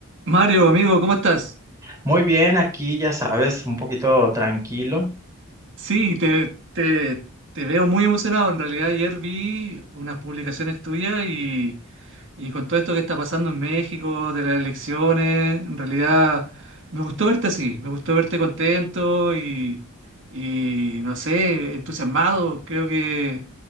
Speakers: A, on the right; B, on the right.
A: Mario, amigo, ¿cómo estás?
B: Muy bien, aquí ya sabes, un poquito tranquilo.
A: Sí, te, te, te veo muy emocionado. En realidad ayer vi unas publicaciones tuyas y, y con todo esto que está pasando en México, de las elecciones, en realidad me gustó verte así, me gustó verte contento y, y no sé, entusiasmado. Creo que,